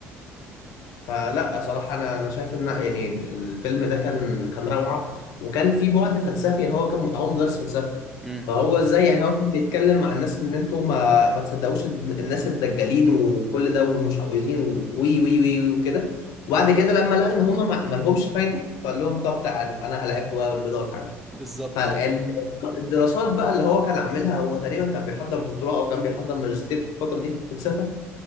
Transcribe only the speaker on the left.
فلا صراحه انا انا شايف ان يعني الفيلم ده كان كان روعه وكان في بعد فلسفي يعني هو كان هو مدرس فلسفه
فهو ازاي يعني هو كان بيتكلم مع الناس ان انتوا ما ما تصدقوش الن- الناس الدجالين وكل ده ومش عاوزين و- وي وي وي وكده وبعد كده لما لقى ان هم ما ما لهمش فايده فقال لهم طب تعالوا انا هلاعبكم بقى بالبيضه والحاجه
فالدراسات
بقى اللي هو كان عاملها هو تقريبا كان بيحضر دكتوراه او كان بيحضر ماجستير في الفتره دي في الفلسفه